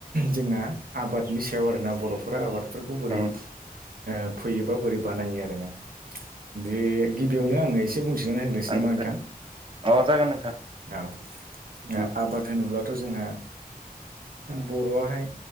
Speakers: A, on the right; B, on the right.
A: जोंना आबादनि सायाव आरोना बर'फोरा आबादफोरखौ बोरै
B: उम
A: ओ फैयोबा बोरै बानायो आरोना बे गिबियावनो आंङो एसे बुं <unintelligible> होग्रोसै नामा
B: आनजाद
A: नोंथां?
B: अ जागोन नोंथां
A: औ दा
B: उम
A: आबाद होनोब्लाथ' जोंहा बर'आहाय